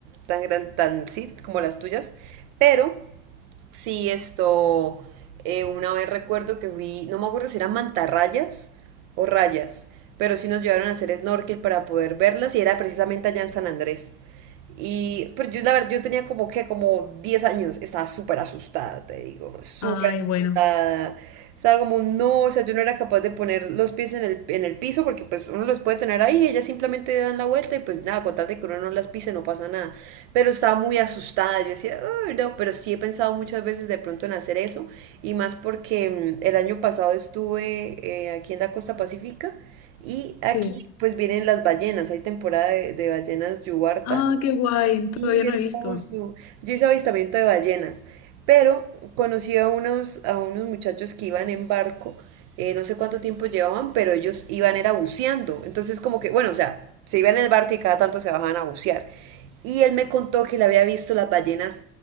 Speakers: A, on the right; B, on the left.
A: tan gran, tan sí, como las tuyas, pero Sí, esto, eh, una vez recuerdo que fui, no me acuerdo si eran mantarrayas o rayas, pero sí nos llevaron a hacer snorkel para poder verlas y era precisamente allá en San Andrés. Y, pero yo, la verdad, yo tenía como que, como 10 años, estaba súper asustada, te digo, súper
B: Ay, bueno,
A: asustada. Estaba como, no, o sea, yo no era capaz de poner los pies en el, en el piso porque pues uno los puede tener ahí, ellas simplemente dan la vuelta y pues nada, con tal de que uno no las pise no pasa nada pero estaba muy asustada. Yo decía, "Uy, no, pero sí he pensado muchas veces de pronto en hacer eso, y más porque mm, el año pasado estuve eh, aquí en la costa pacífica y
B: sí.
A: aquí pues vienen las ballenas, hay temporada de, de ballenas yubarta
B: Ah, qué guay, todavía
A: Sí,
B: no
A: hermoso.
B: he visto.
A: Yo hice avistamiento de ballenas, pero conocí a unos, a unos muchachos que iban en barco, eh, no sé cuánto tiempo llevaban, pero ellos iban era buceando. Entonces como que, bueno, o sea, se iban en el barco y cada tanto se bajaban a bucear. Y él me contó que le había visto las ballenas